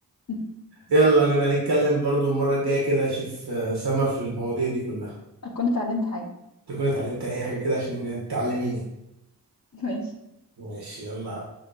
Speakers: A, on the left; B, on the right.
A: <laughs>
B: يلا نبقى نتكلم برضو المرة الجاية كده أشوف آه، سما في المواضيع دي كلها
A: اكون اتعلمت حاجه
B: تكوني اتعلمت أي حاجة كده عشان تعلميني
A: <laughs> ماشي
B: ماشي يلا